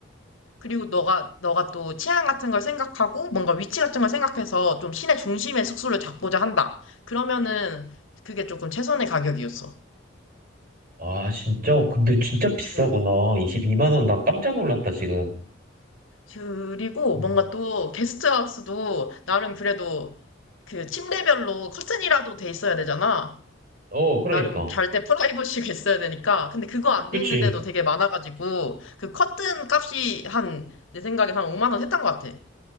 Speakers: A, on the left; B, on the right.
A: 그리고 너가, 너가 또 취향 같은 걸 생각하고 뭔가 위치 같은 걸 생각해서 좀 시내 중심의 숙소를 잡고자 한다. 그러면은 그게 조금 최선의 가격이었어.
B: 아, 진짜? 근데 진짜 비싸구나.
A: 응.
B: 22만 원, 난 깜짝 놀랐다, 지금.
A: 그리고
B: 어,
A: 뭔가 또 게스트하우스도 나름 그래도 그 침대별로 커튼이라도 돼 있어야 되잖아.
B: 어, 그러니까.
A: 나름 잘 때 프라이버시가 있어야 되니까. 근데 그거 안
B: 그치.
A: 돼 있는데도 되게 많아가지고 그 커튼 값이 한, 내 생각에 한 5만 원 했던 것 같아.